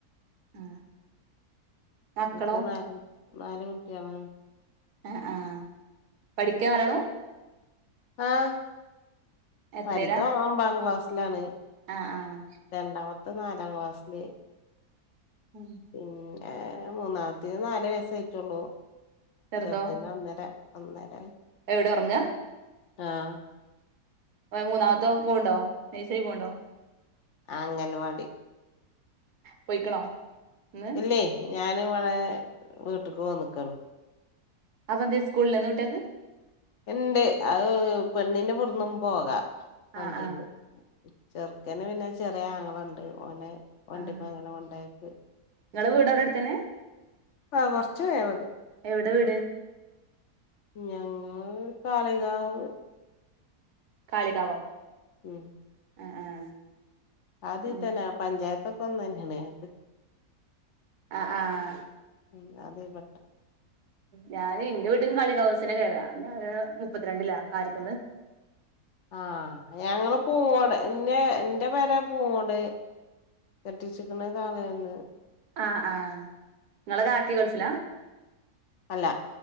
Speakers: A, on the right; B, on the left.
A: ആഹ് മക്കളോ
B: ക്ക് നല് നാാല കുട്ടിയള
A: ആ ആഹ പഠിക്കാ നല്ലളോ
B: ആഹ
A: എത്രയിലാ
B: വലതും ഒമ്പാം ക്ലാസ്സിലാണ്
A: ആഹ് ആഹ്
B: രണ്ടാമത്തെ പത്ത നാലാം ക്ലാസ്സിില്
A: ഉം
B: പിന്നെ മൂന്നാമത്ത നാല വയസായിട്ടുള്ളൂ
A: ചെറുതോ
B: ചെറുദിനെ അന്നേരം അന്നേരം
A: എവിടെ ഉറങ്ങാ
B: ആഹ
A: മൂന്നാമത്തോൻ പോണ്ടോ നഴ്സറി പോണ്ടോ?
B: അംഗൻവാടി.
A: പോയിക്കണോ? ഇന്ന്
B: ഇല്ലേ ഞാനും ഇവിടെ വീട്ടക്ക് വന്നിക്കാണ്.
A: അതെന്തേ സ്കൂളില്ലാ ഇന്ന് കുട്ടികക്ക്?
B: ഇണ്ട് അത് പെണ്ണിന് ഇബുടന്നും പോകാം വണ്ടീയിണ്ട്.
A: ആഹ് ആഹ്
B: ചെറുക്കന് പിന്നെ ചെറിയ ആങ്ങളുണ്ട് ഓനെ വണ്ടിപ്പോ
A: ആഹ്
B: അങ്ങനെ കൊണ്ടെയാക്കും.
A: നിങ്ങളെ വീട് അവിടെ അടുത്തന്നെയാ?
B: ആ കുറച്ച് പോയാ മതി.
A: എവിടെ വീട്?
B: ഞങ്ങൾ കാളികാവ്
A: കാളികാവോ?
B: ഉം
A: ആഹ് ആഹ്
B: ആദ്യത്തന്നെ
A: ഉം
B: ആ പഞ്ചായത്തൊക്കെ ഒന്ന് തന്നെയാണ്.
A: ആ ആഹ്
B: ഉം അതേ പട്ട
A: ഞാന് എന്റെ വീട്ടിക്കും കളികാവ് ബസ്സിനാ കേറാ ഞാന് മുപ്പത്തിരണ്ടിലാ കാര്ക്കുന്ന്
B: ആഹ് ഞങ്ങള് പൂങ്ങോട് എ ന്റെ എന്റെ പേരെ പൂങ്ങോട് കെട്ടിച്ചിക്കുനണ കാളയന്ന്.
A: ആഹ് ആഹ് നിങ്ങളെ കാക്കി ഗൾഫിലാ?
B: അല്ല